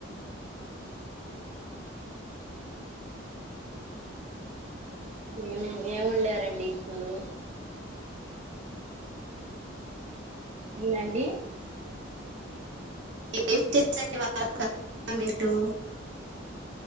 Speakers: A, on the right; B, on the right.
A: ఏమేం ఏమున్ డారండి ఇప్పుడు నీలండి
B: ఏం చేస్తారు ఇవాళ మీరు